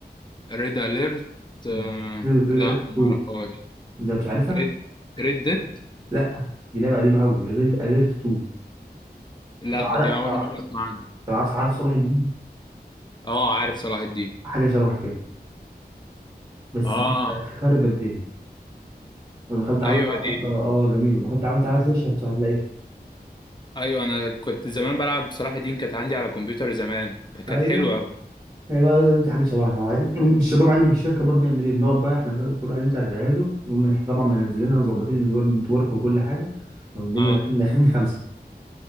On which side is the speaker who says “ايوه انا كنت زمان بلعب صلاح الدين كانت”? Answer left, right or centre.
Left